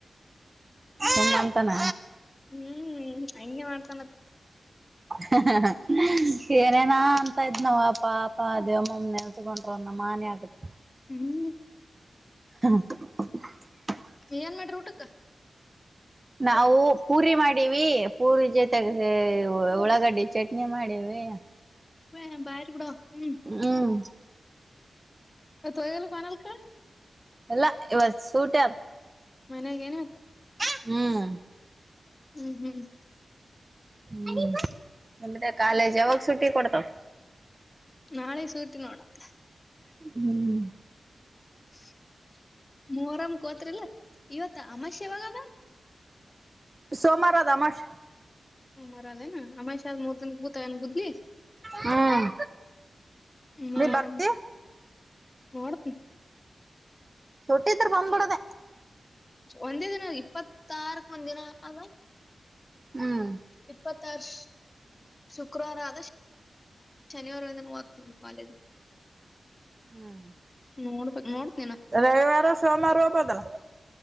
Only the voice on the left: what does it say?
ಹ್ಮ್ ಹಂಗೆ ಮಾಡ್ತಾನತ.
ಹ್ಮ್
ಏನ್ ಮಾಡ್ರಿ ಊಟಕ್ಕ.
ಹ ಬಾರಿ ಬಿಡವ್ವ ಹ್ಮ್
ಇವತ್ತ್ ಹೋಯಿಲ್ಲ ಬಾನಲ್ಕ.
ಮನ್ಯಾಗ ಏನ ಆಕ್
ಹ್ಮ್ ಹ್ಮ್
ನಾಳೆ ಸೂಟಿ ನೋಡಕ್ಕ.
ಹ ಮರಮ ಕೋತ್ರಿಿಲ್ಲ ಇವತ್ತ ಅಮಾಶೆ ಯಾವಾಗದ
ಹ ಮರ ಅದ ಅಮ ಸ ಮದ ಗೂತಗಾನ ಬುದ್ಲಿ
ಮೂರ
ನೋಡ್ತಿ
ಒಂದೇ ದಿನ ಇಪ್ಪತ್ತಾರಕ್ ಒಂದ್ ದಿನ ಆ
ಇಪ್ಪತ್ ತರ್ ಶುಕ್ರವಾರ ಆದ ಶನಿವಾರಿಂದ ವರ್ಕ್ ಮಾಡ ಕಾಲೇಜ್
ಮೋ ಮೋ